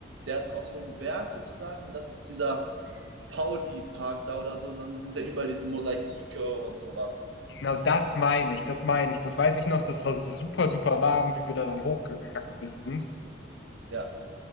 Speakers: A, on the right; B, on the left.
A: Der ist auch so ein Berg sozusagen und das ist dieser Paudi-Park da oder so. Und dann sind da überall diese Mosaike und sowas.
B: Genau das meine ich, das meine ich. Das weiß ich noch, das war super, super warm, wie wir da dann hochgekraxelt sind.
A: Ja,